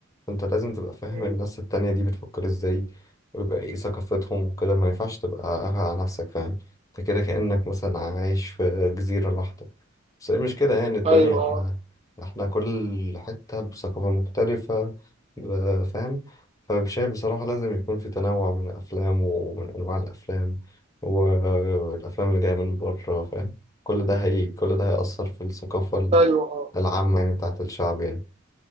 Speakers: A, on the left; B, on the right.
A: فانت لازم تبقى فاهم
B: مم.
A: الناس التانية دي بتفكر ازاي ويبقى ايه ثقافتهم وكده ما ينفعش تبقى قافل على نفسك فاهم انت كده كأنك مثلا عايش في جزيرة لوحدك بس هي مش كده يعني الدنيا
B: ايوه
A: احنا احنا كل حتة بثقافة مختلفة ب- فاهم فشايف بصراحة لازم يكون في تنوع من الأفلام ومن أنواع الأفلام والأفلام اللي جاية من بره فاهم كل ده هي كل ده هيأثر في الثقافة
B: ايوه اه
A: العامة يعني بتاعت الشعب يعني